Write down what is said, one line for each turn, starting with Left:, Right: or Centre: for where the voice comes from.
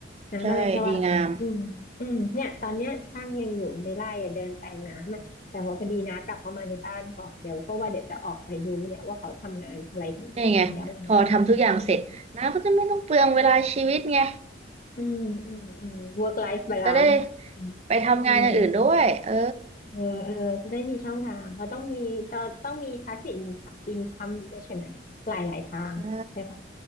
Left: นะก็เลยแค่ว่าอืมอืมเนี่ยตอนเนี้ยช่างยังอยู่ในไร่อะเดินแปลงน้ำอะแต่ว่าพอดีนะกลับเข้ามาในบ้านก่อนเดี๋ยวก็ว่าเดี๋ยวจะออกไปดูเนี่ยว่าเขาทำงานอะไรถึงแล้ว
Right: ใช่ดีงามนี่ไงพอทำทุกอย่างเสร็จน้าก็จะไม่ต้องเปลืองเวลาชีวิตไง
Left: อืม อืมอืมอืม work life balance
Right: จะได้
Left: อืม
Right: ไปทำงานอย่างอื่นด้วยเออ
Left: อืมเออเออจะได้มีช่องทางเราต้องมีเราต้องมี passive income ด้วยใช่ไหมหลายหลายทางใช่ปะ
Right: ใช่